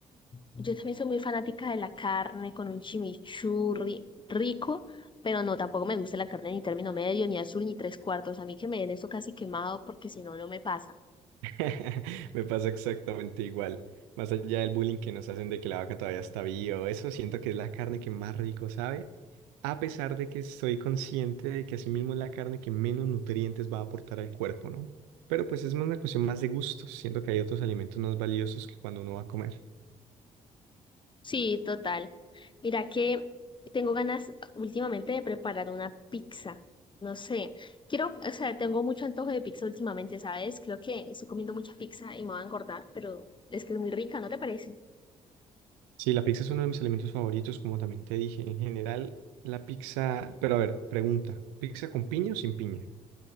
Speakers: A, on the left (about 30°); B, on the right (about 85°).
A: Yo también soy muy fanática de la carne con un chimichurri rico, pero no, tampoco me gusta la carne ni término medio, ni azul, ni tres cuartos. A mí que me den eso casi quemado porque si no, no me pasa.
B: <laughs> Me pasa exactamente igual. Más allá del bullying que nos hacen de que la vaca todavía está viva, o eso siento que es la carne que más rico sabe, a pesar de que estoy consciente de que asimismo es la carne que menos nutrientes va a aportar al cuerpo, ¿no? Pero pues es más una cuestión más de gustos, siento que hay otros alimentos más valiosos que cuando uno va a comer.
A: Sí, total. Mira que tengo ganas últimamente de preparar una pizza. No sé, quiero, o sea, tengo mucho antojo de pizza últimamente, ¿sabes? Creo que estoy comiendo mucha pizza y me voy a engordar, pero es que es muy rica, ¿no te parece?
B: Sí, la pizza es uno de mis alimentos favoritos, como también te dije. En general, la pizza. Pero a ver, pregunta: ¿pizza con piña o sin piña?